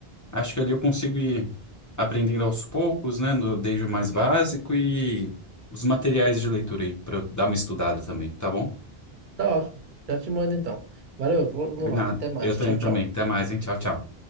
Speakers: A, on the left (about 30°); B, on the right (about 55°).
A: acho que ali eu consigo ir aprendendo aos poucos, né? No, desde o mais básico e os materiais de leitura aí, para eu dar uma estudada também, tá bom?
B: Tá ótimo. Já te mando então. Valeu, eu vou indo
A: Combinado.
B: lá. Até mais.
A: Eu tenho
B: Tchau, tchau.
A: também. Até mais, hein? Tchau, tchau.